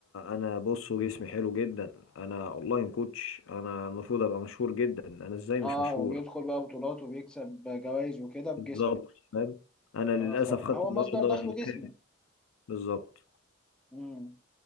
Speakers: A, on the left; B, in the centre.
A: انا بصوا جسمي حلو جدا انا اونلاين كوتش انا المفروض ابقى مشهور جدا انا ازاي مش
B: اه
A: مشهور
B: وبيدخل بقى بطولات وبيكسب جوائز وكده بجسمه
A: بالظبط فاهم انا للاسف
B: اه فهو
A: خدت النهارده
B: مصدر دخله
A: الخامس
B: جسمه
A: بالظبط
B: امم